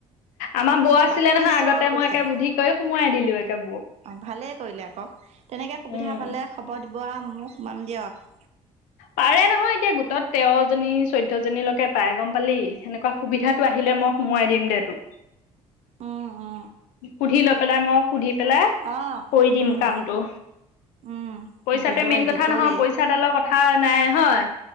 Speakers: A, on the left; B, on the right.
A: আমাৰ বৌ আছিলে
B: বাকী
A: নহয়
B: চব
A: আগতে
B: গৈছে,
A: মই একে বুদ্ধি কৰি সোমোৱাই দিলো একে বৌক
B: অ ভালেই কৰিলে আকৌ, তেনেকে সুবিধা
A: উম
B: পালে খবৰ দিব। ওবা মোক মাম দিয়ক,
A: পাৰে নহয়, এতিয়া গোটত তেৰ জনী চৈধ্য জনীলৈকে পাই গম পালি সেনেকুৱা। <unintelligible> সুবিধাটো আহিলে মই সোমোৱাই দিম দে তোক।
B: অ অ।
A: সুধি লৈ পেলাই, মই সুধি পেলাই
B: অ
A: কৰি দিম
B: উম
A: কামটো।
B: উম
A: পইচাটো
B: দিবয়ে
A: মেইন কথা
B: দিবয়ে
A: নহয়, পইচাডালৰ কথা নাই হয়।